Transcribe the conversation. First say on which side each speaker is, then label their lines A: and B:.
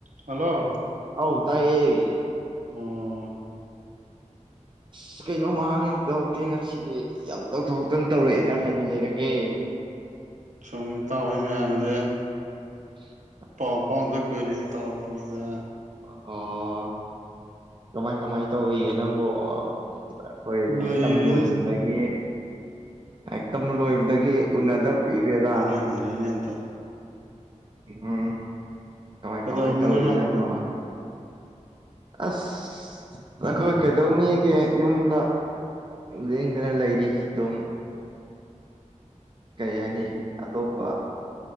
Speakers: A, on the right; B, on the right.
A: hello
B: ꯍꯧ ꯇꯥꯏꯌꯦ
A: ꯑꯣ
B: ꯁꯤꯒꯥꯏꯅꯉꯍ ꯀꯥꯏ ꯇꯧꯗꯦ ꯉꯁꯤꯗꯤ ꯌꯥꯝ ꯇꯧꯊꯣꯛꯧꯇꯅ ꯇꯧꯔꯛꯑꯦ ꯏ ꯆꯥꯛꯈꯥꯏꯗꯤ ꯂꯩꯔꯒꯦ
A: ꯁꯨꯝꯃꯤ ꯇꯥꯎꯍꯣꯏ ꯃꯌꯥꯝꯁꯦ
B: <unintelligible>
A: ꯄ ꯄꯗ ꯀꯣꯏꯔꯦꯅ ꯇꯔꯣ ꯑꯗ
B: ꯑꯣ ꯇꯃꯥꯏ ꯀꯃꯥꯏꯅ ꯇꯧꯔꯤꯒꯦ ꯅꯪꯕꯨ ꯑꯩꯈꯣꯏ
A: ꯂꯩꯔꯤꯗ
B: ꯇꯝ ꯂꯣꯏꯈꯤꯕꯗꯒꯤ
A: ꯁꯨꯝ
B: ꯍꯦꯛꯇꯝ ꯂꯣꯏꯕꯗꯒꯤ ꯎꯅꯗ ꯀꯨꯏꯈ꯭ꯔꯦꯗ
A: ꯐꯥꯎꯅꯈꯤꯗ꯭ꯔꯦꯅꯦ ꯑꯝꯇ
B: ꯑꯥ ꯀꯃꯥꯏ
A: ꯀꯩꯗꯧꯔꯝꯃꯤꯅꯣ
B: ꯀꯃꯥꯏ ꯇꯧꯔꯤꯖꯥꯠꯅꯣ
A: ꯅꯪꯕꯣ
B: ꯑꯁ ꯑꯩꯈꯣꯏ ꯀꯩꯗꯧꯅꯤꯒ ꯌꯨꯝꯗ ꯂꯦꯡꯗꯅ ꯂꯩꯔꯤ ꯑꯗꯨꯝ ꯀꯩ ꯍꯥꯏꯅꯤ ꯑꯇꯣꯞꯄ